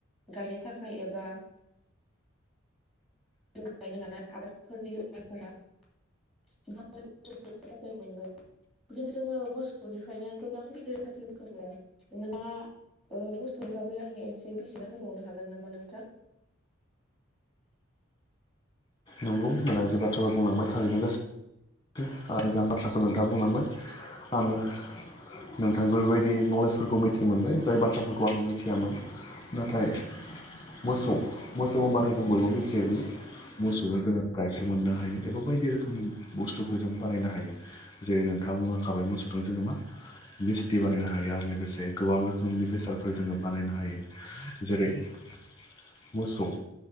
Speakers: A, in the centre; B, on the left (about 20°).
A: गायनो थाखाय एबा जों गायनो लानाय आबादफोरनि <unintelligible> <inaudible> बिदिनो जोङो मोसौनिफ्रायनो गोबां गिदिर <unintelligible> जेनेबा ओ मोसौनि बागै आंनो एसे बिजिरना होबावनो हागोन नामा नोंथां।
B: नंगौ <unintelligible> जे बाथ्राफोर बुंलांबाय थारैनो गासै ओ मोजां बाथ्राफोरनो दा बुंलांबाय आङो नोंथांनिफाय बेबायदि नलेजफोरखौ मिथि मोनबाय जाय बाथ्राफोरखौ आङो मिथियामोन। नाथाय मोसौ-मोसौ होनबाथ' जों बयबो मिथियोदि मोसौनो जोङो गाइखेर मोननो हायो एबा बायदि रोखोम बुस्थुफोर जों बानायनो हायो। जेरै नोंथाङा बुंलांखाबाय मोसौजों जोङो मा मिस्टि बानायनो हायो आरो लोगोसे गोबां रोखोमनि बेसादफोर जोङो बानायनो हायो। जेरै मोसौ